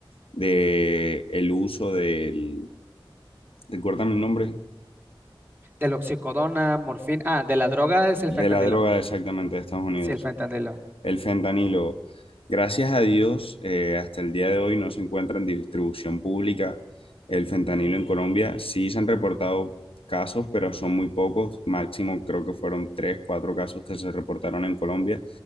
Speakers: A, on the left; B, on the right.
A: de el uso del, recuérdame el nombre,
B: Del oxicodona, morfina, ah, de la droga es el
A: de
B: fentanilo.
A: la droga exactamente de Estados Unidos.
B: Sí, el fentanilo.
A: El fentanilo, gracias a Dios, eh, hasta el día de hoy no se encuentra en distribución pública el fentanilo en Colombia. Sí se han reportado casos, pero son muy pocos. Máximo creo que fueron tres, cuatro casos que se reportaron en Colombia.